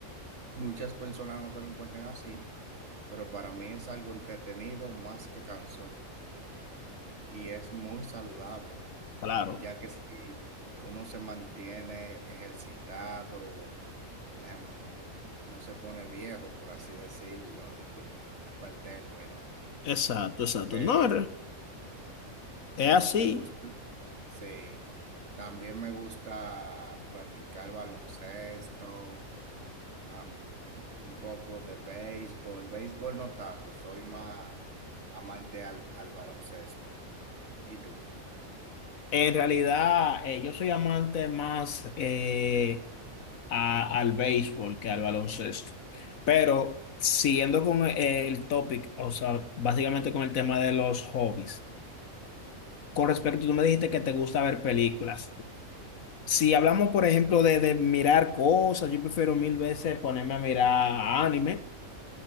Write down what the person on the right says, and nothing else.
muchas personas no se lo encuentren así, pero para mí es algo entretenido más que cansoso y es muy saludable
ya que si uno se mantiene ejercitado, em, no se pone viejo, por así decirlo, disculpa el término,
pero
me,
me gusta, sí, también me gusta practicar baloncesto, am- un poco de béisbol, béisbol no tanto, soy más amante al, al baloncesto. ¿Y tú?